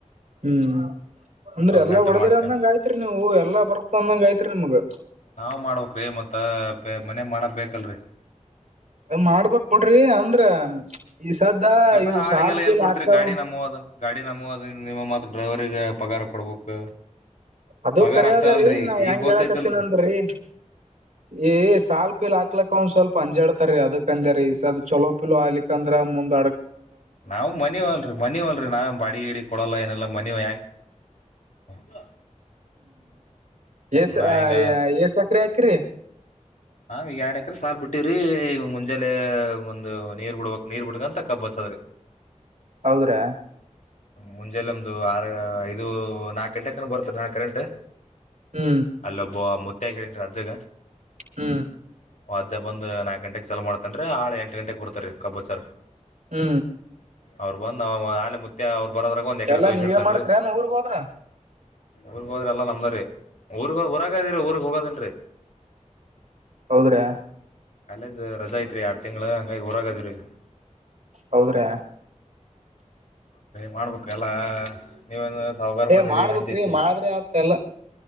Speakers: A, on the right; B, on the left.
A: ಹೂ ಅಂದ್ರೆ
B: ಅವ್ರ
A: ಎಲ್ಲಾ
B: ನೆಟ
A: ವರ್ಡಿರ
B: ಮಾಡ್ಕೊಂಡ್
A: ಅನ್ನಂಗ್ ಅಯ್ತು ಎಲ್ಲ ಬರುತ್ತೆ ಅನ್ನೋ ಹಾಗೆ ಅಯ್ತು ನಿಮಗೆ
B: ನಾವು ಮಾಡ್ಬೇಕ್ ರೀ ಮತ್ತೆ ಮನೆಗೆ ಮಾಡೋರು ಬೇಕ್ರಿ
A: ಮಾಡ್ಬಕ್ ಬಿಡ್ರಿ ಅಂಡ್ರೆ ಈ ಸದ
B: ಎಲ್ಲಾ
A: ಇವು
B: ಆಳಿಗೆಲ್ಲ
A: ಸಾಲ್ ಪೀಲ್
B: ಎಲ್ ಕೊಡ್ತರಿ
A: ಅಕ್ತವೆ
B: ಗಾಡಿ ನಮ್ಮವ ಅದ ಗಾಡಿ ನಮ್ಮವು ಇದವೆ ನಿಮ್ಮ ಮತ್ತು ಡ್ರೈವರಿಗೆ ಪಗಾರ ಕೊಡ್ಬೇಕು
A: ಅದು
B: ಪಗಾರ
A: ಕರೆ
B: ಅಷ್ಟ
A: ಅದೆ
B: ಅಲ್ರರಿ
A: ರೀ ನಾ
B: ಈಗ
A: ಎಂಗ್
B: ಗೊತ್ತೈತಿಲ್ರರಿ
A: ಹೇಳಾಕತ್ತೀನ್ರೀ ಏ ಸಾಲ್ ಪಿಲ್ ಹಾಕ್ಲಕ್ಕ ಒಂದ್ ಸ್ವಲ್ಪ ಅಂಜಾಡ್ತಾರಿ ಅದಕ್ ಅಂದೆ ರೀ ಚೊಲೋ ಪಿಲೋ ಆಲಿಕ್ ಅಂದ್ರ ಮುಂದ
B: ನಾವ್ ಮನೆಗೋಗಲ್ರಿ ಮನೆಗೆ ಬಾಡಿಗೆ ಹೊಡೀತೀನಿ <unintelligible>
A: ಎಸ್
B: ನಾ ಈಗ
A: ಎಸ್ಟು ಎಕ್ರೆ ಹಾಕಿದ್ದೀರಿ
B: ನಾ ಎರಡ್ ಎಕ್ರ ಸಾಲ್ ಬಿಟ್ಟಿದಿವಿ ಮುಂಜೆಲೆ ಒಂದಂದು ನೀರ್ ಬಿಡಬೇಕು ನೀರ್ ಬಿಡ್ಕಂತ ಕಬ್ಬು ಹಾಕ್ಬೇಕು
A: ಹೌದ್ರಾ
B: ಮುಂಜಾನೆ ಒಂದು ನಾಲ್ಕು ಐದುದ ಗಂಟೆಗೆ ಬರುತ್ತೆ ಕರೆಂಟು
A: ಹೂ
B: ಅಲ್ಲೊಬ್ಬ ಮುತ್ತೆಗೆ ಹೇಳಿಡಿನಿ ಅಜ್ಜಗ
A: ಹೂ
B: ಒಬ್ಬನೇ ಬಂದು ನಾಲ್ಕು ಗಂಟೆಗೆ ಚಾಲೂ ಮಾಡ್ತೀನಿ ಹಾಳು ಎಂಟು ಗಂಟೆಗೆ ಬರ್ತಾರೆ ಕಬ್ಬು ಹಾಕೋರು
A: ಹೂ
B: ಅವರ್ ಬರುವಷ್ಟರಲ್ಲಿ ಮುತ್ತೆ ಒಂದು ಎಕರೆ
A: ಎಲ್ಲಾ
B: ಕೊಯ್ದಿರ್
A: ನೀವೇ ಮಾಡತ್ರೇನ್
B: ದೊರೆ
A: ಊರ್ಗ್ ಹೋದ್ರ
B: ಊರ್ ಗೇ ಹೋಡ್ರೆ ಎಲ್ಲ ನಮ್ದೇರೀ ಊರಿಗೆ ಹೋಗಿ ಬರೋಕಾಗಲ್ಲ ಅದಕ್ಕೆ ಊರಿಗೆ ಹೋಗಲ್ಲ
A: ಹೌದ್ರಾ
B: ಕಾಲೇಜ್ ರಜಾ ಐತೆರಿ ಎರಡು ತಿಂಗಳು ಹಂಗಾಗಿ ಊರಾಗಿದ್ದೀವಿ
A: ಹೌದ್ರಾ
B: ಮಾಡಬೇಕು ಎಲ್ಲ ನೀವಂದ್ರೆ ಸಾವುಕಾರ್
A: ಏ
B: ಮಂಡಿ
A: ಮಾಡ್ಬೇಕ್ರಿ
B: ನಡಿತದೆ
A: ಮಾಡಿದ್ರೆ ಆತ್ ಎಲ್ಲ